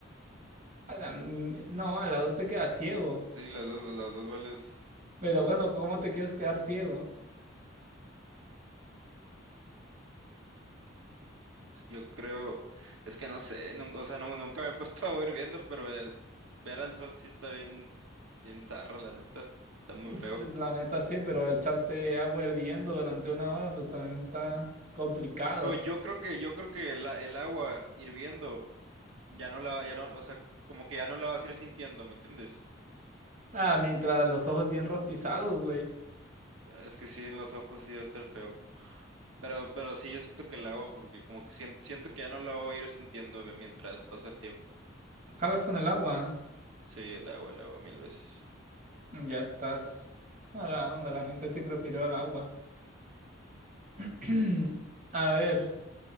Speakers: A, on the right (about 45°); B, on the right (about 85°).
A: A la m- no, a las dos te quedas ciego.
B: sí, las dos, las dos vales.
A: Pero
B: las-
A: bueno, ¿cómo te quieres quedar ciego?
B: Yo creo, es que no sé, nun- o sea, nun- nunca me he puesto <laughs> a hirviendo, pero el- ver al sol sí está bien, bien zarra, la neta. Está muy feo.
A: Sí, La neta sí, pero echarte agua hirviendo durante una hora, pues también está complicado.
B: Pero yo creo que, yo creo que el, a- el agua hirviendo ya no la, ya no, o sea, como que ya no la vas a ir sintiendo, ¿me entiendes?
A: Ah, mientras los ojos bien rostizados, güey.
B: Es que sí, en los ojos sí va a estar feo. Pero, pero sí, yo siento que el agua, porque como que siento siento, que ya no la voy a ir sintiendo ve, mientras pasa el tiempo.
A: Jalas con el agua.
B: Sí, el agua, el agua, mil veces.
A: mm, Ya estás. A la onda, la gente sí prefirió el agua. <clears throat> A ver.